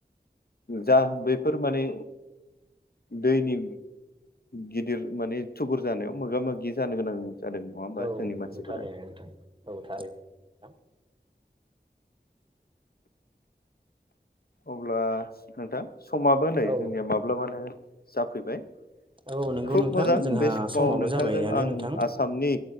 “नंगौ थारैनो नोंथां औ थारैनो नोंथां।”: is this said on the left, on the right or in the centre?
Right